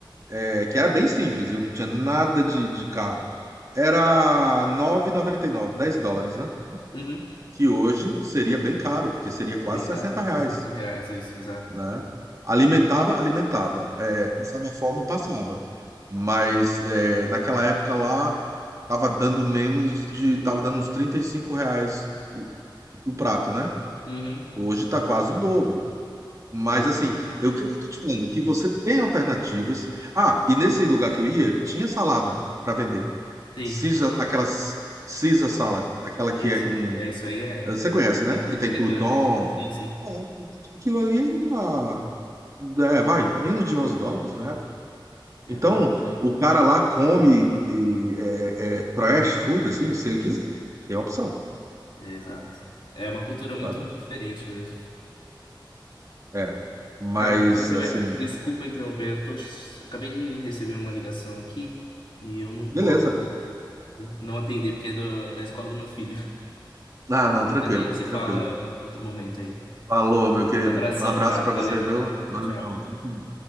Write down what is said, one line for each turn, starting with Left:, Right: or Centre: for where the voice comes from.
Right: é, que era bem simples, eu não tinha nada de, de caro, era nove e noventa e nove dez dólares, né?
Left: uhum.
Right: Que hoje seria bem caro, porque seria quase
Left: Bem caro.
Right: 60 reais,
Left: 60 reais, isso, exato.
Right: né? Alimentava, alimentava. É, passava fome, passava. Mas é, naquela época lá, Tava dando menos de. Tava dando uns 35 reais o, o prato, né?
Left: Uhum,
Right: Hoje tá quase o dobro. Mas
Left: sim,
Right: assim, eu o que eu tô te falando? Que você tem alternativas. Ah, e nesse lugar que eu ia, tinha salada para vender.
Left: sim.
Right: Caesar, aquela Caesar salad, aquela
Left: Isso.
Right: que é com.
Left: É isso aí, é.
Right: Você conhece, né?
Left: Em tudo
Right: Que
Left: quanto
Right: tem crouton.
Left: é canto. né? Sim, sim.
Right: É, Aquilo ali era. É, vai, menos de 11 dólares na época.
Left: É
Right: Então,
Left: barato. né?
Right: o cara lá come é, é, trash food, assim, se ele quiser. Tem a opção.
Left: É, exato. É uma cultura muito
Right: sabe?
Left: diferente mesmo.
Right: É. Mas,
Left: Cara, tu vai receber-
Right: assim,
Left: desculpa interromper, eu tô... acabei de receber uma ligação aqui e eu não
Right: beleza.
Left: posso não atender porque é do- da escola do meu filho.
Right: Ah, não, tranquilo,
Left: Mas a gente se
Right: tranquilo.
Left: fala outro momento aí.
Right: Falou, meu querido.
Left: Mas abração,
Right: Um abraço
Left: cara.
Right: pra
Left: Valeu.
Right: você, viu?
Left: Tchau,
Right: Valeu,
Left: tchau.
Right: tranquilo.